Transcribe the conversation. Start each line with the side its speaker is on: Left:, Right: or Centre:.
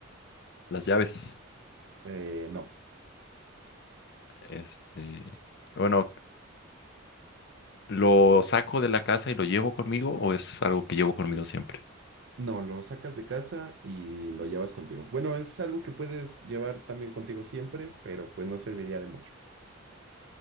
Left: Las llaves.
Right: Eh, no,
Left: Este, bueno, ¿lo saco de la casa y lo llevo conmigo o es algo que llevo conmigo siempre?
Right: no, lo sacas de casa y lo llevas contigo. Bueno, es algo que puedes llevar también contigo siempre, pero pues no serviría de mucho.